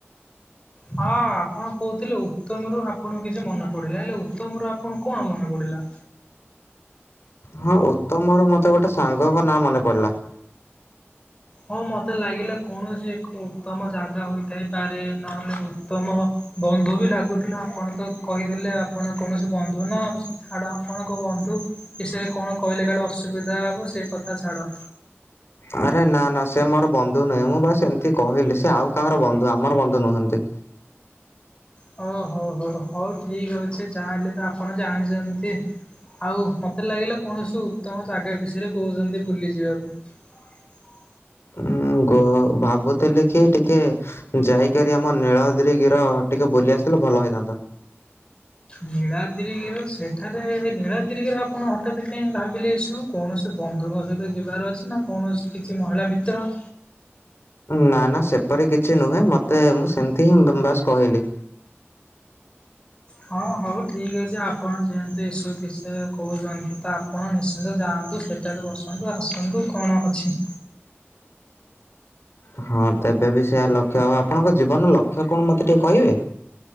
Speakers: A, on the left; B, on the left.
A: ହଁ ଆପଣ କହୁଥିଲେ ଉତ୍ତମରୁ ଆପଣଙ୍କୁ କିଛି ମନେ ପଡିଲା ହେଲେ ଉତ୍ତମର ଆୁଣ କଣ ମନେ ପଡ଼ିଲା।
B: ହଁ ଉତ୍ତମର ମତେ ଗୋଟେ ସାଙ୍ଗଙ୍କ ନାଁ ମନେ ପଡିଲା।
A: ହଁ ମୋତେ ଲାଗିଲା କୌଣସି ଏକ ଉତ୍ତମ ଜାଗା ହୋଇଥାଇପାରେ ନହେଲେ ଉତ୍ତମ ବନ୍ଧୁ ବି ଲାଗୁଥିଲା ଆପଣ ତ କହିଦେଲେ ଆପଣ କୌଣସି ବନ୍ଧୁ ନା ଛାଡ଼ ଆପଣଙ୍କ ବନ୍ଧୁ ବିଷୟରେ କଣ କହିଲେ କାଲି ଅସୁବିଧା ହେବ ସେ କଥା ଛାଡ଼
B: ଆରେ ନା ନା ସେ ମୋର ବନ୍ଧୁ ନୁହେଁ ମୁଁ ବାସ ଏମିତି କହିଲି ସେ ଆଉ କାହାର ବନ୍ଧୁ ଆମର ବନ୍ଧୁ ନୁହନ୍ତି।
A: ହ ହଉ ହଉ ହଉ ଠିକ୍ ଅଛି ଯାହା ହେଲେ ବି ଆପଣ ଜାଣିଛନ୍ତି ଆଉ ମୋତେ ଲାଗିଲା କୌଣସି ଉତ୍ତମ ଜାଗା ବିଷୟରେ କହୁଛନ୍ତି ବୁଲିଯିବାକୁ।
B: ଉୁଁ ଗ ଭାବତ ତେ ଲେଖି ଟିକେ ଯାଇକରି ଆମ ନୀଳଦି ଗିର ଟିକେ ବୁଲି ଆସିଥିଲେ ଭଲ ହେଇଥାନ୍ତା।
A: ନୀଳଦି ଘିର ସେଠାରେ ନୀଳଦି ଘିର ଆପଣ ହଠତ୍ ଭାବିଲେ ଏ ସବୁ କୌଣସି ବନ୍ଧୁଙ୍କ ସହିତ ଯିବାର ଅଛି ନା କୌଣସି କିଛି ମହିଳା ମିତ୍ର
B: ନା ନା ସେପରି କିଛି ନୁହେଁ ମତେ ମୁଁ ସେମତି ହିଁ ବାସ୍ କହିଲି।
A: ହଁ ହଉ ଠିକ୍ ଅଛି ଆପଣ ଯେହେତୁ ଏସବୁ ବିଷୟରେ କହୁଛନ୍ତି ତ ଆପଣ ନିଶ୍ଚିନ୍ତ ଯାଆନ୍ତୁ ସେଠାରେ ବସନ୍ତୁ ଆସନ୍ତୁ କଣ ଅଛି।
B: ହଁ ତେବେ ବି ସେଆ ଲକ୍ଷ୍ୟ ହ ଆପଣଙ୍କ ଜୀବନର ଲକ୍ଷ୍ୟ କଣ ମତେ ଟିକେ କହିବେ।